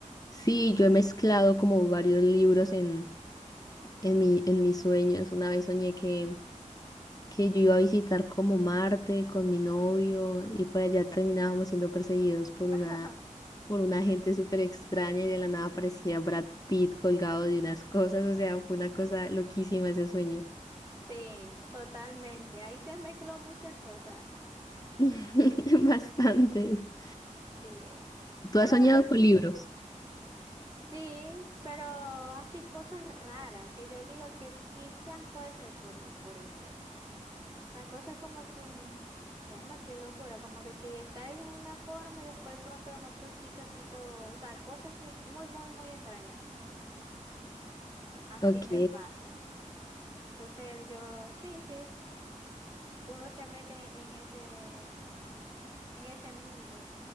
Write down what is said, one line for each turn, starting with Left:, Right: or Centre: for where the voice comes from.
Left: Sí, yo he mezclado como varios libros en, en mi, en mis sueños. Una vez soñé que, que yo iba a visitar como Marte con mi novio y por allá terminábamos siendo perseguidos por
Right: <laughs>
Left: una, por una gente súper extraña y de la nada aparecía Brad Pitt colgado de unas cosas. O sea, fue una cosa loquísima ese sueño.
Right: Sí, totalmente. Ahí se mezcló muchas cosas.
Left: <laughs> Bastante.
Right: Sí.
Left: Tú
Right: Pero
Left: has soñado con libros.
Right: Sí, pero así cosas raras que yo digo que quizás puede ser por, por eso. Las cosas como que, mm, mi alma, qué locura, como que si estáis en una forma y después pronto en otro sitio así todo, o sea, cosas que- muy, muy, muy extrañas. Así
Left: Ok.
Right: me pasa. Entonces yo, sí, sí, uno se mete en ese, en ese mundo.